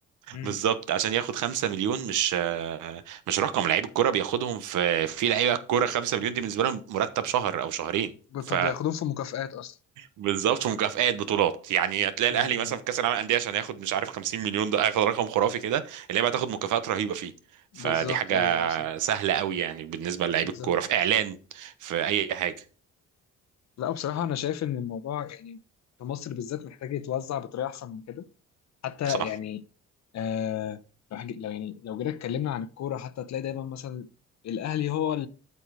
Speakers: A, on the left (about 60°); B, on the right (about 80°).
A: امم
B: بالظبط عشان ياخد 5 مليون مش آه، مش رقم لعيب الكوره بياخدهم في في لعيبه الكوره 5 مليون دي بالنسبه لهم مرتب شهر او شهرين ف
A: طب بياخدوهم في مكافآت اصلا
B: بالظبط ومكافآت بطولات يعني هتلاقي الاهلي
A: امم
B: مثلا في كاس العالم للانديه عشان ياخد مش عارف 50 مليون ده هياخد رقم خرافي كده اللعيبه هتاخد مكافآت رهيبه فيه
A: بالظبط
B: فدي حاجه
A: ايوه بالظبط
B: سهله قوي يعني بالنسبه للعيب
A: بالظبط
B: الكوره في اعلان في اي حاجه
A: لا بصراحة أنا شايف إن الموضوع يعني في مصر بالذات محتاج يتوزع بطريقة أحسن من كده حتى
B: صح
A: يعني آه لو حاجة لو يعني لو جينا اتكلمنا عن الكورة حتى هتلاقي دايما مثلا الأهلي هو